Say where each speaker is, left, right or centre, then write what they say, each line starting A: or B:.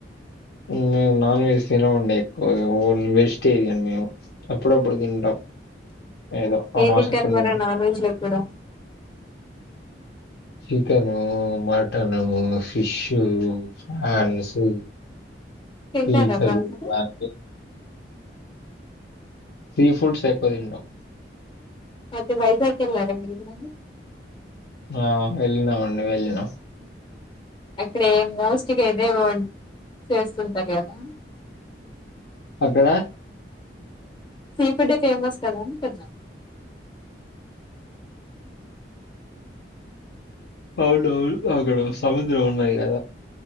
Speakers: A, on the left; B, on the left.
A: ఇంగ నాన్ వెజ్ తినమండి ఎక్కువగా ఓన్ వెజిటేరియన్ మేము అప్పుడప్పుడు తింటాం ఏదో అమావాస్య
B: ఏం తింటారు
A: పుణ్యానికి
B: మరా నాన్ వెజ్ లో ఎక్కువగా
A: చికెను మటను ఫిషు ఫన్సు
B: తింటారా
A: పీతలు
B: బాగా
A: ఇగ అన్ని సీ ఫుడ్స్ ఎక్కువ తింటాం
B: అయితే వైజాగ్ వెళ్ళారా మీరు ఎప్పుడన్న
A: ఆ వెళ్ళినం అండి వెళ్ళినం
B: అక్కడే మోస్ట్ గా ఏదేవో చేస్తుంటారు కదా
A: అక్కడ
B: సీ ఫుడ్ ఏ ఫేమస్ కదా అంటున్న
A: అవునవును అక్కడ సముద్రం ఉన్నదిగా